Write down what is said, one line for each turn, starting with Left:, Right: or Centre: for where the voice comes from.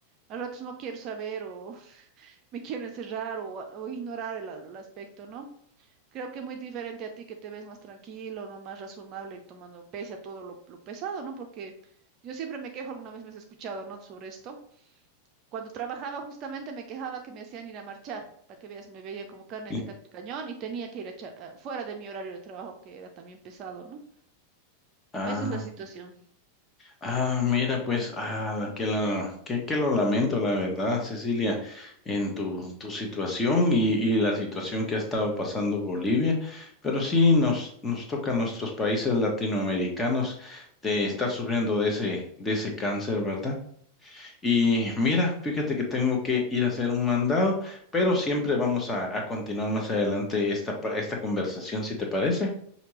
Right: a ratos no quiero saber o <laughs> me quiero encerrar o, o ignorar el, el aspecto, ¿no? Creo que muy diferente a ti que te ves más tranquilo, ¿no? Más razonable, tomando pese a todo lo, lo pesado, ¿no? Porque yo siempre me quejo, alguna vez me has escuchado, ¿no? Sobre esto. Cuando trabajaba justamente me quejaba que me hacían ir a marchar, para que veas, me veían como carne
Left: ujú.
Right: de ca- cañón y tenía que ir a echar, ah, fuera de mi horario de trabajo, que era también pesado, ¿no?
Left: Ah,
Right: Esa es la situación.
Left: Ah, mira, pues, ah, la- que, la, que, que lo lamento, la verdad, Cecilia, en tu, tu situación y, y la situación que ha estado pasando Bolivia, pero sí nos, nos toca a nuestros países latinoamericanos de estar sufriendo de ese, de ese cáncer, ¿verdad? Y mira, fíjate que tengo que ir a hacer un mandado, pero siempre vamos a, a continuar más adelante esta, pa- esta conversación, si te parece.